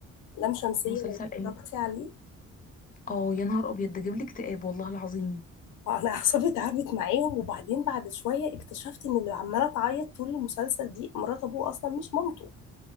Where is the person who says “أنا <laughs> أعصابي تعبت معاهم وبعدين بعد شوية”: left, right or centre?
Left